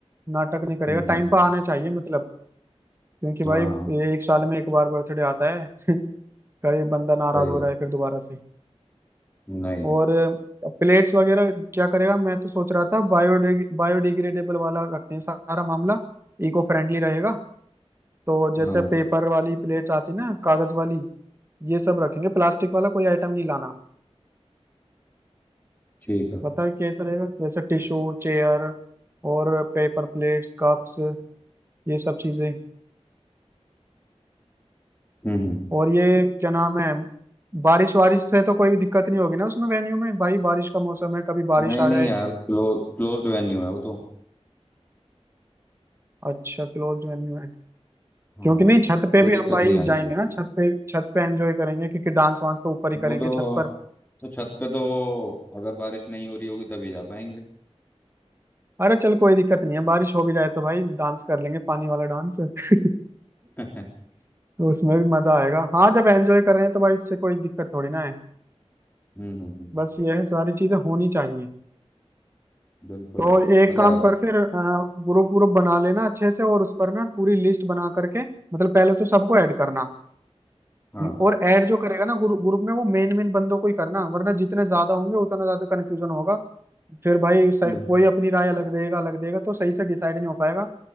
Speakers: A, on the right; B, on the left.
A: नाटक नहीं करेगा
B: हम्म हम्म,
A: टाइम
B: हम्म।
A: पर आने चाहिए मतलब क्योंकि भाई
B: हाँ हाँ,
A: ये एक साल में एक बार बर्थडे आता है <laughs> कभी बंदा नाराज
B: सही
A: हो
B: बात
A: रहा है फिर दोबारा से
B: नहीं नहीं
A: और प्लेट्स वगैरह क्या करेगा मैं तो सोच रहा था बायोडिग बायोडिग्रेडेबल वाला रखते हैं सारा मामला इको फ्रेंडली रहेगा तो जैसे
B: हाँ
A: पेपर वाली प्लेट्स आती ना कागज वाली ये सब रखेंगे प्लास्टिक वाला कोई आइटम नहीं लाना
B: ठीक है
A: बताइए कैसा रहेगा जैसे टिश्यू चेयर और पेपर प्लेट्स कप्स ये सब चीजें
B: हम्म हम्म
A: और ये क्या नाम है बारिश वारिश से तो कोई भी दिक्कत नहीं होगी ना उसमें वेन्यू में भाई बारिश का मौसम है कभी बारिश
B: नहीं
A: आ जाए
B: नहीं यार क्लोज क्लोज्ड वेन्यू है वो तो
A: अच्छा क्लोज वेन्यू है
B: हाँ
A: क्योंकि नहीं छत पे
B: कोई दिक्कत
A: भी हम भाई
B: नहीं आएगी
A: जाएंगे
B: वो
A: ना
B: तो
A: छत पे छत पे एंजॉय करेंगे क्योंकि डांस वांस तो ऊपर ही
B: वो
A: करेंगे
B: तो
A: छत पर
B: तो छत पे तो अगर बारिश नहीं हो रही होगी तभी जा पाएंगे
A: अरे चल कोई दिक्कत नहीं है बारिश हो भी जाए तो भाई डांस कर लेंगे पानी वाला डांस <laughs>
B: <laughs> हम्म
A: तो उसमें भी मजा आएगा हाँ जब एंजॉय कर रहे हैं तो भाई इससे कोई दिक्कत थोड़ी ना है
B: हम्म हम्म,
A: बस ये है सारी चीजें होनी चाहिए
B: बिल्कुल
A: तो
B: बिल्कुल
A: एक
B: मजा
A: काम
B: आएगा
A: कर फिर ग्रुप ग्रुप बना लेना अच्छे से और उस पर ना पूरी लिस्ट बना करके मतलब पहले तो सबको ऐड करना
B: हाँ
A: और ऐड जो करेगा ना ग्रुप ग्रुप में वो मेन मेन बंदों को ही करना वरना जितने ज्यादा होंगे उतना ज्यादा कन्फ्यूजन होगा फिर भाई सही-
B: हम्म
A: कोई अपनी राय अलग देगा अलग देगा तो सही से डिसाइड नहीं हो पाएगा